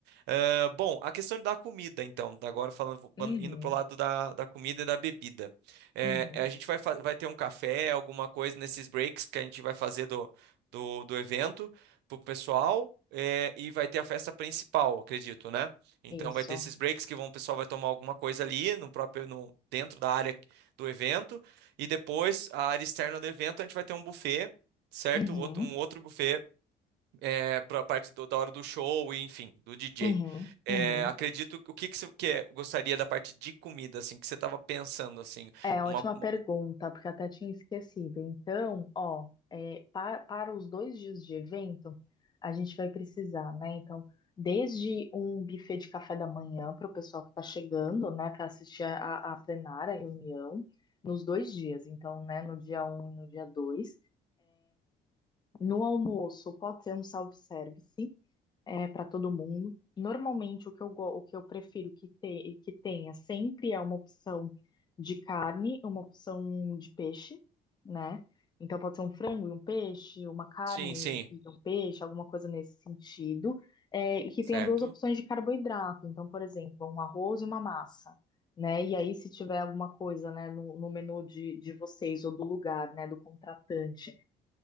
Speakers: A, on the right; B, on the left.
A: Ah, bom, a questão da comida, então, agora falando, van-
B: Uhum,
A: indo pro lado da, da comida e da bebida. É,
B: uhum.
A: a gente vai, fa- vai ter um café, alguma coisa nesses breaks que a gente vai fazer do, do, do evento pro pessoal, é, e vai ter a festa principal, acredito, né? Então
B: Isso.
A: vai ter esses breaks que vão, o pessoal vai tomar alguma coisa ali no próprio, no, dentro da área do evento, e depois a área externa do evento a gente vai ter um buffet, certo?
B: Uhum,
A: Outro, um outro buffet é, para a parte do- da hora do show e enfim, do DJ.
B: uhum,
A: É,
B: uhum.
A: acredito, o que que você quer- gostaria da parte de comida, assim, que você estava pensando, assim,
B: É, ótima
A: uma, uma-
B: pergunta, porque eu até tinha esquecido. Então, ó, é, pa- para, os dois dias de evento, a gente vai precisar, né? Então, desde um buffet de café da manhã para o pessoal que está chegando, né, para assistir a, a plenária, a reunião, nos dois dias. Então, né, no dia um e no dia 2. No almoço, pode ser um self-service, para todo mundo. Normalmente, o que eu, go- o que eu prefiro que, te- que tenha sempre é uma opção de carne, uma opção de peixe, né? Então, pode ser um frango e um peixe, uma carne
A: sim, sim,
B: e um peixe, alguma coisa nesse sentido. É, e que
A: certo?
B: tenha duas opções de carboidrato. Então, por exemplo, um arroz e uma massa. Né? E aí, se tiver alguma coisa, né, no, no menu de, de vocês ou do lugar, né, do contratante